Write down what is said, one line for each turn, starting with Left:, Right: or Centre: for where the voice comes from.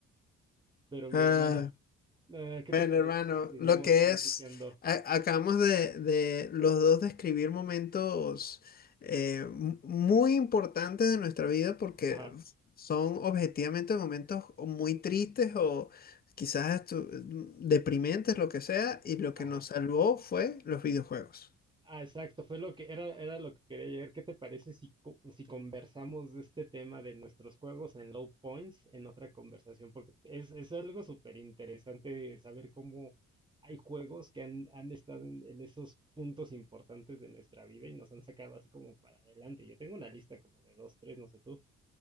Right: Pero mi
Left: Ah,
Right: hermano, ah, ¿qué
Left: bueno,
Right: te parece
Left: hermano,
Right: si seguimos
Left: lo que
Right: platicando?
Left: es, a- acabamos de, de los dos describir momentos eh, mu- muy importantes de nuestra vida porque
Right: Ajá,
Left: son objetivamente momentos o muy tristes o quizás estu- mm, deprimentes, lo que sea, y lo que
Right: ajá.
Left: nos salvó fue los videojuegos.
Right: Ah, exacto, fue lo que era, era lo que quería llegar. ¿Qué te parece si, co- si conversamos de este tema de nuestros juegos en low points en otra conversación? Porque es, es algo súper interesante saber cómo hay juegos que han, han estado en, en esos puntos importantes de nuestra vida y nos han sacado así como para adelante. Yo tengo una lista como de dos, tres, no sé tú.